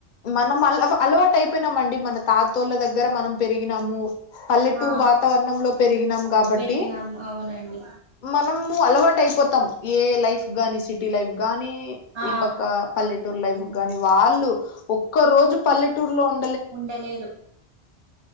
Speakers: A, on the left; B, on the right.
A: మనం అల అలవాటు అయిపోయినమండి మన తాతోళ్ల దగ్గర మనం పెరిగినము పల్లెటూరు
B: ఆ
A: వాతావరణంలో పెరిగినాం కాబట్టి
B: పెరిగినాం అవునండి
A: మనము అలవాటు అయిపోతాం ఏ లైఫ్ గాని సిటీ లైఫ్ గాని
B: ఆ
A: ఈ పక్క పల్లెటూర్ లైఫ్ గాని వాళ్ళు ఒక్క రోజు పల్లెటూరులో ఉం
B: ఉండలేరు